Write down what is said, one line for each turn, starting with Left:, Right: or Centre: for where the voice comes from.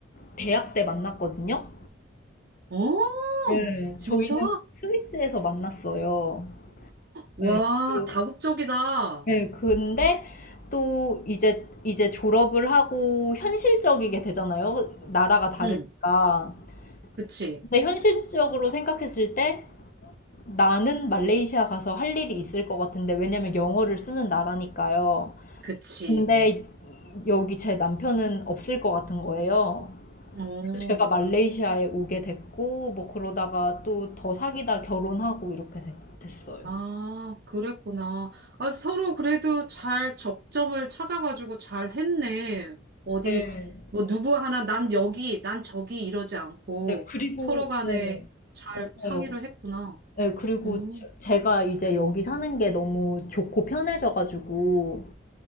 Left: 대학 때 만났거든요.
Right: 어,
Left: 네,
Right: 진짜?
Left: 저희는 스위스에서 만났어요.
Right: 와,
Left: 네. 그리
Right: 다국적이다.
Left: 네, 근데 또 이제 이제 졸업을 하고 현실적이게 되잖아요. 나라가 다르니까.
Right: 응, 그치,
Left: 근데 현실적으로 생각했을 때 나는 말레이시아 가서 할 일이 있을 것 같은데 왜냐면 영어를 쓰는 나라니까요.
Right: 그치.
Left: 근데 여기 제 남편은 없을 것 같은 거예요.
Right: 어,
Left: 제가 말레이시아에 오게 됐고, 뭐 그러다가 또 더 사귀다 결혼하고 이렇게 됐, 어요
Right: 아, 그랬구나. 아, 서로 그래도 잘 적점을 찾아가지고 잘 했네. 어디,
Left: 네.
Right: 뭐, 누구 하나, 난 여기, 난 저기 이러지 않고
Left: 네, 그리고,
Right: 서로 간에
Left: 네,
Right: 잘
Left: 맞아요.
Right: 상의를 했구나.
Left: 네, 그리고
Right: 어,
Left: 제- 제가 이제 여기 사는 게 너무 좋고 편해져가지고,